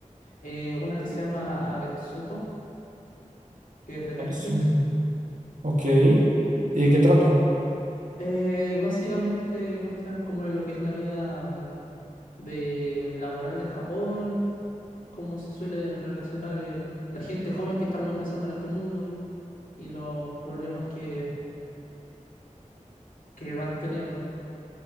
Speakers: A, on the left; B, on the right.
A: eh, una que se llama Agretsuko, que es de Netflix.
B: Atsumo. Ok. ¿Y de qué trata?
A: Eh, básicamente muestran cómo es lo que es la vida mm, de laboral de Japón, cómo se suele relacionar el- la gente joven que está como empezando en este mundo y los problemas que, que van teniendo.